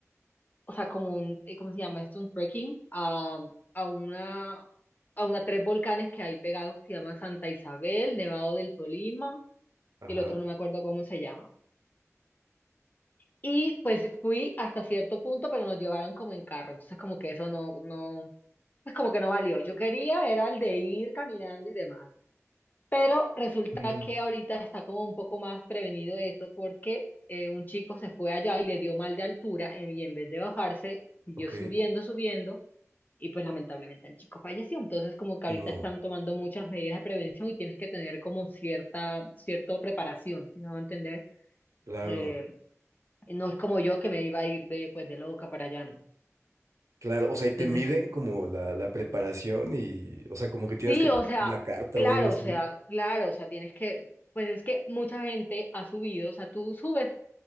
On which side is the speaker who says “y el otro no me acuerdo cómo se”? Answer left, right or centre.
Left